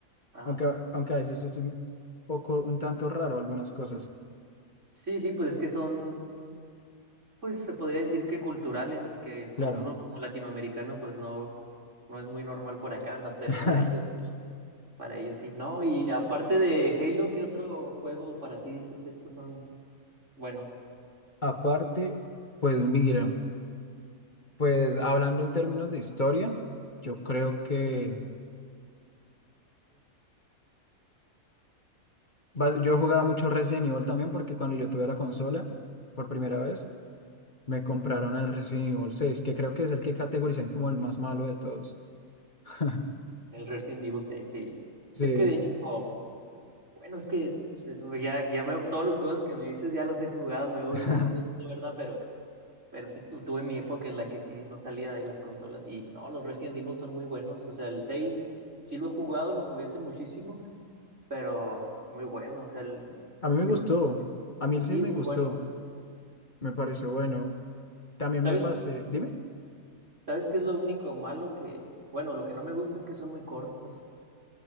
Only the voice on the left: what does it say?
aunque, a- aunque a veces es un poco, un tanto raro algunas cosas,
claro.
<laughs>
Aparte, pues mira, pues hablando en términos de historia, yo creo que, Va- Yo jugaba mucho Resident Evil también porque cuando yo tuve la consola por primera vez, me compraron el Resident Evil 6 que creo que es el que categorizan como el más malo de todos. <laughs>
Sí,
<laughs>
a
mí me gustó,
a mí el seis
me
gustó,
me pareció bueno. También
me pasé, dime,